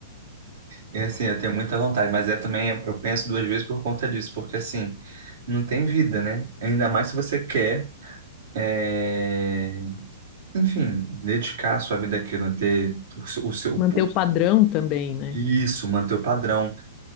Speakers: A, on the right (about 65°); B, on the left (about 35°).
A: É assim, eu tenho muita vontade, mas é também, eu penso duas vezes por conta disso, porque assim, não tem vida, né? Ainda mais se você quer, é, enfim, dedicar a sua vida àquilo, ter o seu, o seu-
B: Manter o padrão também, né?
A: Isso, manter o padrão.